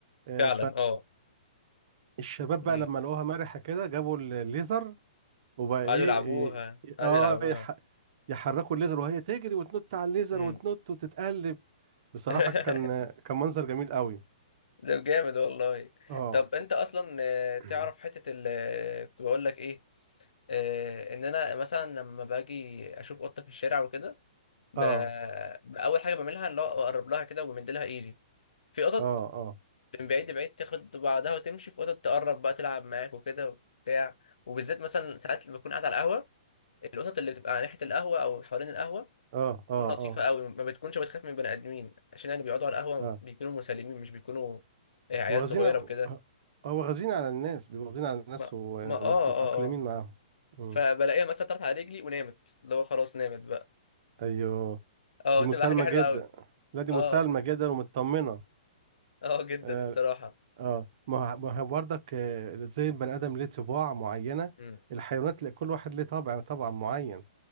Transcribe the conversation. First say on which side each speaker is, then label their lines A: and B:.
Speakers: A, on the right; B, on the left.
A: آه،
B: فعلا اه
A: فالشباب
B: أمم.
A: بقى لما لقوها مرحة كده جابوا الليزر وبقى
B: وقعدوا
A: ايه
B: يلعبوها
A: إيه-
B: قعدوا
A: اه
B: يلعبوها
A: يح... يحركوا الليزر وهي تجري وتنط على الليزر
B: أمم.
A: وتنط وتتقلب بصراحة
B: <laughs>
A: كان كان منظر جميل قوي
B: ده جامد والله
A: اه
B: طب انت اصلا آه، تعرف
A: <clears throat>
B: حتة ال آه، كنت بقول لك ايه آه، ان انا مثلا لما باجي اشوف قطة في الشارع وكده ب...
A: اه
B: اول حاجة بعملها اللي هو اقرب لها كده ومد لها ايدي في قطط
A: اه اه
B: من بعيد لبعيد تاخد بعضها وتمشي في قطط تقرب بقى تلعب معاك وكده وبتاع وبالذات مثلا ساعات لما بكون قاعد على القهوة القطط اللي بتبقى على ناحية القهوة او حوالين القهوة
A: اه اه
B: بتكون لطيفة
A: اه
B: قوي ما بتكونش بتخاف من بني آدمين عشان يعني بيقعدوا على القهوة
A: اه
B: بيكونوا مسالمين مش بيكونوا آه، عيال
A: واخدين
B: صغيرة
A: هو
B: وكده
A: واخدين على الناس بيبقوا واخدين على الناس
B: ما
A: ومتأقلمين
B: ما اه اه اه
A: معاهم مم.
B: فبلاقيها مثلا طلعت على رجلي ونامت اللي هو خلاص نامت بقى
A: ايوه
B: اه
A: دي
B: تبقى
A: مسالمة
B: حاجة حلوة
A: جدا
B: قوي
A: لا دي
B: اه
A: مسالمة جدا ومطمنة
B: اه جدا
A: اه
B: الصراحة
A: آه. ما هو ما هو برضك آه، زي البني آدم ليه طباع معينة
B: مم.
A: الحيوانات ليه- كل واحد ليه طبع طبع معين